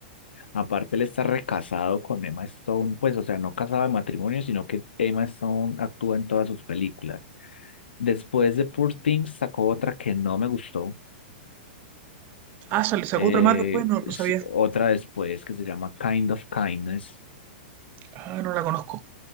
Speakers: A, on the left; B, on the right.
A: Aparte, él está recasado con Emma Stone, pues, o sea, no casado de matrimonio, sino que Emma Stone actúa en todas sus películas. Después de Poor Things sacó otra que no me gustó,
B: Ah, sale, sacó
A: eh,
B: otra más después, no, no
A: s-
B: sabía.
A: otra después que se llama Kind of Kindness,
B: Ah, no la conozco.